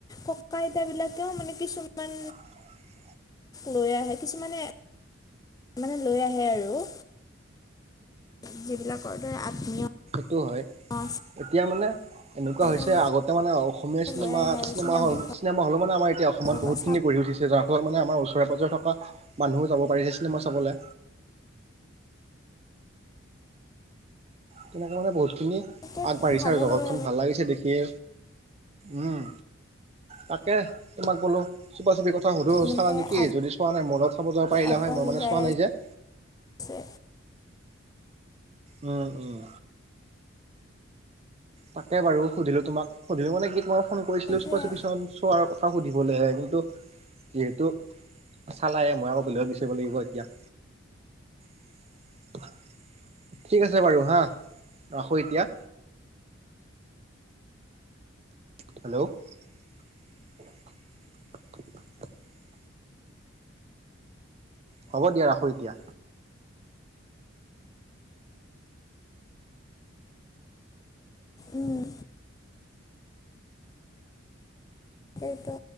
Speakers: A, on the left; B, on the right.
A: ককা আইতা বিলাকেও মানে কিছুমান
B: <inaudible>
A: লৈ আহে কিছুমানে- মানে লৈ আহে আৰু। <inaudible> যিবিলাকৰ দৰে আত্মীয়
B: এইটো হয়,
A: আছে
B: এতিয়া মানে এনেকুৱা হৈছে
A: তেওঁলোকে
B: আগতে মানে অসমীয়া চিনেমাত-চিনেমা
A: লৈ আহে আৰু
B: হল
A: দেখুৱাব
B: -চিনেমা হল মানে আমাৰ এতিয়া অসমত বহুত
A: বা চাব
B: খিনি গঢ়ি উঠিছে। যাৰ ফলত মানে আমাৰ ওচৰে -পাজৰে থকা মানুহো যাব পাৰিছে চিনেমা চাবলে। তেনেকে মানে বহুতখিনি
A: তেনেকে
B: আগবাঢ়িছে
A: ভালে
B: আৰু জগতখন
A: লাগে
B: ভাল লাগিছে দেখিয়ে উম, তাকে তোমাক বোলো চুপা - চুপি চাওঁ সুধো
A: এনেকে
B: চালা নেকি
A: আগ
B: যদি চোৱা নাই মৰ লগত চাব যাব পাৰিলা
A: আগবাঢ়ি
B: হয় মই মানে
A: যাই
B: চোৱা নাই যে <inaudible>
A: আছে
B: উম -উম। তাকে বাৰু সুধিলো তোমাক সুধিলো মানে কি তোমাক ফোন কৰিছিলো
A: সেইটোৱে
B: চুপা - চুপি চন চোৱাৰ কথা সুধিবলে কিন্তু যিহেতু চালায়ে মই আকৌ বেলেগত বিচাৰিব লাগিব এতিয়া <inaudible> ঠিক আছে বাৰু হা, ৰাখো এতিয়া। হেল্ল', <inaudible> হ'ব দিয়া ৰাখো এতিয়া।
A: উম সেইটো